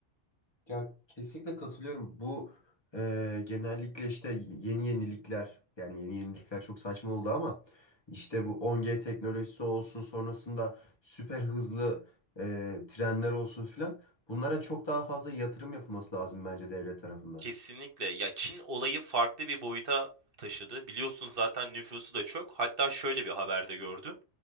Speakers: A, on the left; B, on the right.
A: Ya kesinlikle katılıyorum. Bu e, genellikle işte yeni yenilikler yani yeni yenilikler çok saçma oldu ama işte bu 10G teknolojisi olsun sonrasında süper hızlı e, trenler olsun filan bunlara çok daha fazla yatırım yapılması lazım bence devlet tarafından.
B: Kesinlikle. Ya Çin olayı farklı bir boyuta taşıdı. Biliyorsun zaten nüfusu da çok. Hatta şöyle bir haberde gördüm.